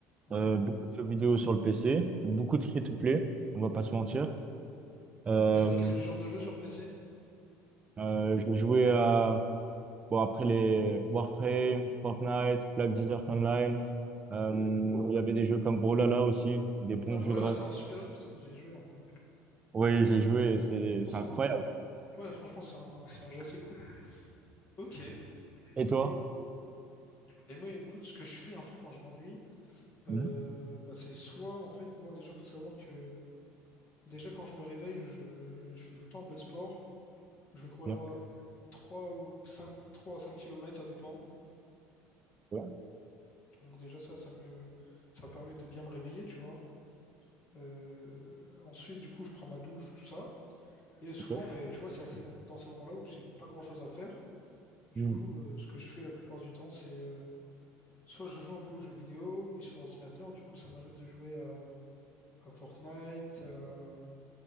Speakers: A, on the left; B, on the right.
A: Mhm.
B: Euh, beaucoup de jeux vidéo sur le PC, beaucoup de free-to-play, on va pas se mentir. Euh,
A: Tu joues à quel genre de jeu sur PC?
B: euh, j'ai joué à Bon, après les Warframe, Fortnite, Black Desert Online, euh, il y avait des jeux comme Brawlhalla aussi, des bons
A: Ah, Brawlhalla,
B: jeux de rêve.
A: c'est un super jeu, ça, j'ai joué un peu.
B: Oui, j'ai joué et c'est c'est
A: C'est
B: incroyable.
A: un- Ouais, franchement, c'est un... c'est un jeu assez cool. Ok.
B: Et toi?
A: Et, et moi, écoute, ce que je fais un peu quand je m'ennuie, euh,
B: Mhm.
A: bah, c'est soit, en fait, moi, déjà, faut savoir que, déjà, quand je me réveille, je, je fais tout le temps un peu de sport. Je vais courir
B: Bien,
A: euh, 3 ou cinq trois à cinq kilomètres ça dépend.
B: ouais,
A: Donc, déjà, ça, ça me, ça permet de bien me réveiller, tu vois. Euh, Ensuite, du coup, je prends ma douche, tout ça. Et souvent,
B: ok.
A: ben, tu vois, c'est à ces mom- dans ces moments-là où j'ai pas grand-chose à faire. Du
B: Hmm,
A: coup, euh, ce que je fais la plupart du temps, c'est euh, soit je joue un peu aux jeux vidéo, mais sur ordinateur. Du coup, ça m'arrive de jouer à, à Fortnite. euh,